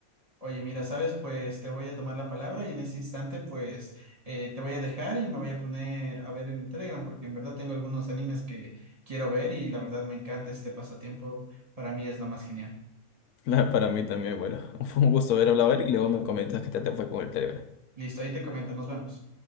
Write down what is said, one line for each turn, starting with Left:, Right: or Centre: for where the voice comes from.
Right: Oye, mira, ¿sabes? Pues te voy a tomar la palabra y en ese instante, pues eh, te voy a dejar y me voy a poner a ver en Telegram porque en verdad tengo algunos animes que quiero ver y la verdad me encanta este pasatiempo. Para mí es lo más genial.
Left: La- para mí también, bueno, <laughs> fue un gusto haber hablado, Eric, y luego me comentas qué tal te fue con el Telegram.
Right: Listo, ahí te comento. Nos vemos.